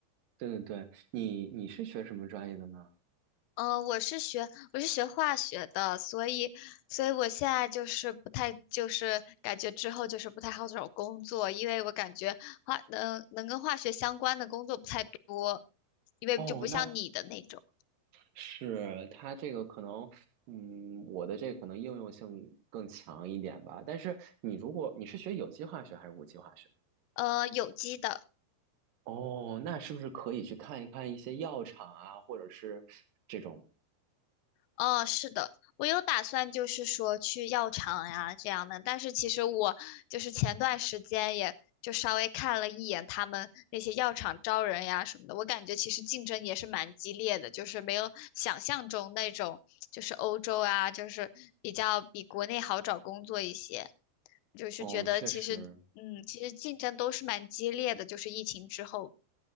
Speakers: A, on the right; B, on the left.
A: 对对对，你你是学什么专业的呢？
B: 嗯，呃我是学我是学化学的，所以所以我现在就是不太就是感觉之后就是不太好找工作，因为我感觉化能能跟化学相关的工作不太多，因为就不像你的那种，
A: 哦，那是它这个可能，嗯，我的这个可能应用性更强一点吧。但是你如果你是学有机化学还是无机化学
B: 呃，有机的。
A: 哦，那是不是可以去看一看一些药厂啊，或者是这种？
B: 哦，是的，我有打算，就是说去药厂呀这样的。但是其实我就是前段时间也就稍微看了一眼他们那些药厂招人呀什么的，我感觉其实竞争也是蛮激烈的，就是没有想象中那种，就是欧洲啊，就是比较比国内好找工作一些。就是觉得其实，
A: 哦，确实，
B: 嗯，其实竞争都是蛮激烈的，就是疫情之后。